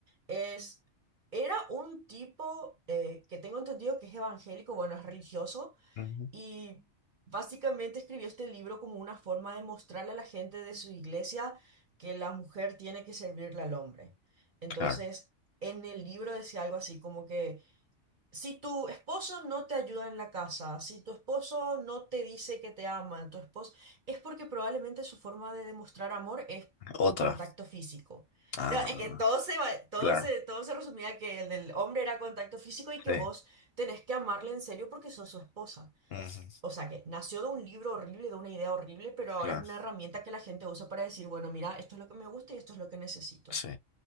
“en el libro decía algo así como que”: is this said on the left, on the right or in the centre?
Right